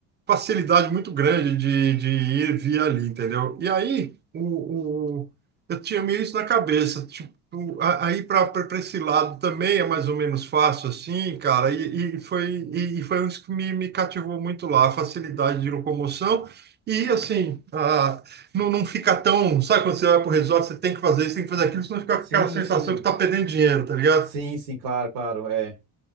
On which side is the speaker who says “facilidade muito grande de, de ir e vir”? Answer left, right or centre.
Right